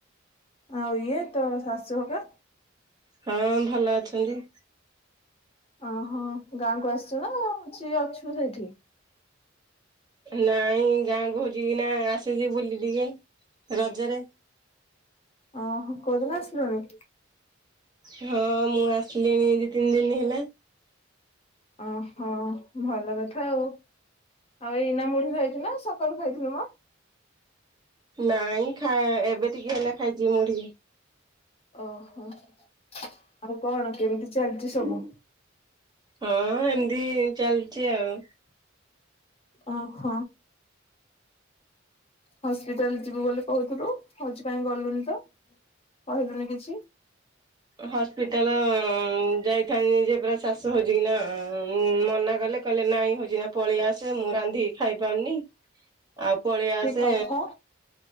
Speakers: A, on the left (about 30°); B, on the right (about 20°).
A: ଆଉ ଇଏ ତୋ ଶାଶୁ ହଗା?
B: ହଁ ଭଲ ଅଛନ୍ତି।
A: ଅହ ଗାଁକୁ ଆସଚୁ ନା, କଅଁ ସିଏ ଅଛୁ ସେଇଠି?
B: ନାଇଁ ଗାଁ କୁ ହୋଉଚି କିନା ଆସିଚି ବୁଲି ଟିକେ ରଜରେ।
A: ଅହ କୋଉଦିନ ଆସିଲୁଣି?
B: ହଁ ମୁଁ ଆସିଲିଣି ଦି ତିନ ଦିନ ହେଲା।
A: ଅହ ଭଲ କଥା ଆଉ। ଆଉ ଏଇନା ମୁଢି ଖାଇଚୁ ନା ସକାଳୁ ଖାଇଥିଲୁ ମ?
B: ନାଇଁ ଖା ଏବେ ଟିକେ ହେଲା ଖାଇଚି ମୁଢି।
A: ଅହ ଆଉ କଣ କେମିତି ଚାଲିଚି ସବୁ?
B: ହଁ ଏମଦି ଚାଲଚି ଆଉ।
A: ଅହ। ହସ୍ପିଟାଲ ଯିବୁ ବୋଲି କହୁଥିଲୁ ହଚ କଇଁ ଗଲୁନି ତ? କହିଲୁନି କିଛି।
B: ହସ୍ପିଟାଲ ଅମ ଯାଇଥାନ୍ତି ଯେ ପୁରା ଶାଶ ସୋହଜିକିନାଆଁ ଉଁ ମନା କଲେ କଇଲେ ନାଇଁ ହଜିନା ପଳି ଆସେ ମୁଁ ରାନ୍ଧିକି ଖାଇପାରୁନି। ଆଉ ପଳି ଆସେ।
A: କି କଥା